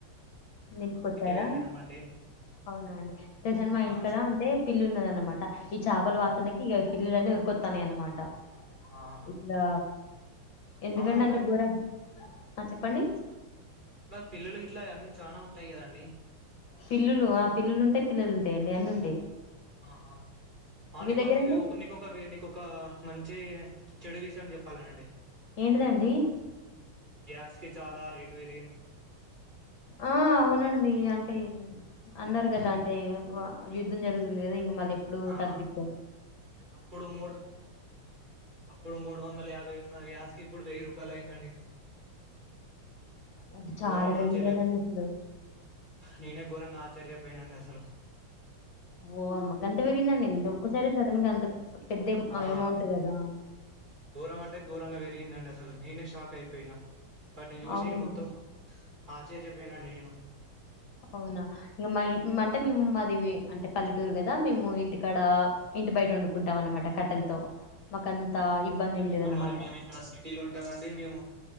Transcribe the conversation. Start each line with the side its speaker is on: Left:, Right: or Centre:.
Left: నింపుకొచ్చారా
Right: వెళ్ళినామండి
Left: అవునా అండి తెలుసాండి మా ఇంటికడ
Right: ఆ
Left: అంటే పిల్లి ఉన్నదన్నమాట ఈ చేపల
Right: ఆ
Left: వాసనకి ఇగ పిల్లులన్నీ ఉరుకొత్తన్నాయనమాట ట
Right: ఆ అవునండి
Left: ఇట్లా ఎందుకండి
Right: అవును మీకు
Left: అంత దూరం చెప్పండి
Right: పిల్లలు గిట్ల అవన్నీ చానా ఉంటాయి కదండి
Left: పిల్లులు ఆ పిల్లులు ఉంటాయి పిల్లలుంటాయి అండి అన్నుంటాయి
Right: ఆహా ఆ నీకో
Left: దగ్గరండి
Right: నీకొక నీకొక మన్ చీర్ చెడు విషయం చెప్పాల అండి
Left: ఏంటిదండి
Right: గ్యాస్కి చాలా రేట్ పెర్
Left: ఆ అవునండి అంటే అన్నారు కద్ దంటే ఇగ వ యుద్ధం జరుగుతుంది కదా ఇంక మళ్ ఎప్పుడు
Right: ఆ
Left: తగ్గిద్దా
Right: అప్పుడు మూడు అప్పుడు మూడు వందల యాభై ఉన్న గ్యాస్కి ఇప్పుడు వెయ్యి రూపాయలయిందండి
Left: అంటే చాలా
Right: ఘోరంగా
Left: పెరిగింది
Right: ఆశ్చర్య
Left: కదండి అసలు
Right: నేనే ఘోరంగా ఆశ్చర్యపోయినండి అసలు
Left: ఓ అమ్మగంతా పెరిగిందండి ఒక్కసారి సడెన్గా అంత పెద్ద
Right: ఆ
Left: అమౌంట్ కదా
Right: ఘోరం అంటే ఘోరంగా విరిగిందండి నేనే షాక్ అయిపోయినా వాటిని చూసి
Left: అవునా
Right: మొత్తం ఆశ్చర్యపోయినా నేను
Left: అవునా ఇంక మా అంటే మేము మాది అంటే పల్లెటూరు కదా మేము ఇంటికాడ ఇంటి బయట వండుకుంటాం అనమాట కట్టెలతో మాకంత
Right: అవునండి
Left: ఇబ్బంది
Right: మేము
Left: ఏం
Right: ఇక్క
Left: లేదన్నమాట
Right: మరి మేము ఇక్కడ సిటీలు ఉంటామండి మేము